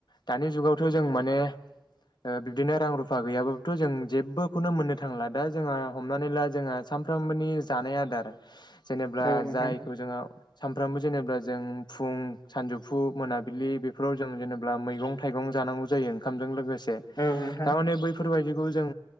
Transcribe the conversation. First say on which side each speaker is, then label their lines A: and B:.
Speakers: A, on the left (about 75°); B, on the left (about 55°).
A: दानि जुगावथ' जों माने ओ बिबदिनो रां रुफा गैयाबाबोथ' जों जेबोखौनो मोननो थांला दा जोङा हमनानै ला जोङा सानफ्रामबोनि जानाय आदार जेनेब्ला
B: औ नोंथां
A: जायखौ जोङो सानफ्रामबो जेनेबा जों फुं सानजौफु मोनाबिलि बेफोराव जों जेनेबा मैगं थाइगं जानांगौ जायो ओंखामजों लोगोसे
B: औ नोंथां
A: दा मानि बैफोरबायदिखौ जों